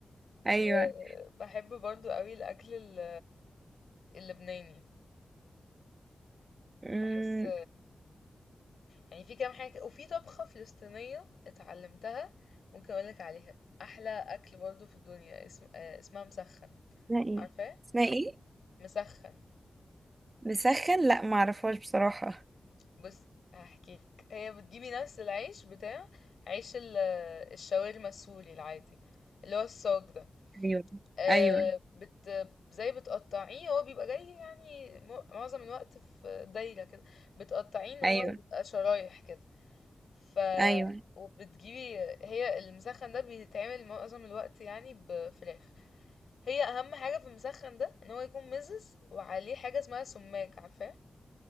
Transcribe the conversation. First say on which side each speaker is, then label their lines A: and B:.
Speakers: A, on the right; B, on the left.
A: ايوه
B: وبحب برضو قوي الاكل ال- اللبناني
A: امم
B: بحس يعني في كام حاجة وفي طبخة فلسطينية اتعلمتها ممكن اقولك عليها احلى اكل برضو في الدنيا اسم... آه، اسمها مسخن
A: اسمها ايه
B: عارفاه
A: اسمها ايه
B: مسخن
A: مسخن لا ما اعرفهاش بصراحه
B: بص هحكيلك هي بتجيبي نفس العيش بتاع عيش ال- الشاورما السوري العادي اللي هو الصاج ده
A: ايوه
B: آه،
A: ايوه
B: بت زي بتقطعيه هو بيبقى جاي يعني م- معظم الوقت في دايرة كده بتقطعيه ان هو
A: ايوه
B: يبقى شرايح كده ف
A: ايوه
B: وبتجيبي هي المسخن ده بيتعمل معظم الوقت يعني بفراخ هي اهم حاجة في المسخن ده ان هو يكون مزز وعليه حاجة اسمها سماق عارفاه